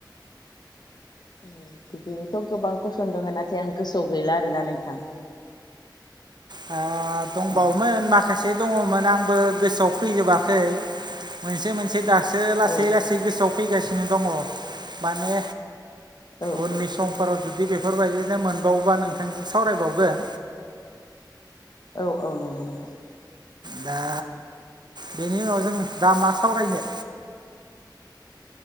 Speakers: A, on the left; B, on the right.
A: औ बिदिनोथ' गोबां कुइसन दङ नाथाय आं गोसोआव गैला आरोना नोंथां।
B: आ दंबावोमोन
A: औ
B: माखासे। एसे दङमोन आंबो गोसोआव फैजोबाखै मोनसे मोनसे दा दासो लासै
A: औ
B: लासै गोसोआव फैगासिनो। नो दङ माने
A: औ
B: उननि
A: औ
B: समफोराव जुदि बेफोरबायदिनो मोनबावोबा नोंथांजों सावरायबावगोन।
A: औ औ नंगौ नोंथां।
B: दा बेनि उनाव जों दा मा सावरायनो